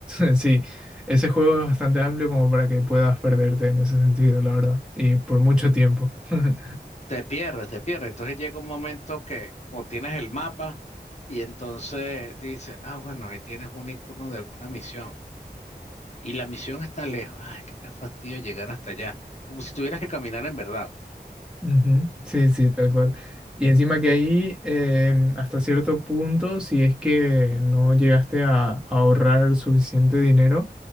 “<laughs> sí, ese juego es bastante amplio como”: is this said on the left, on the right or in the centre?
Centre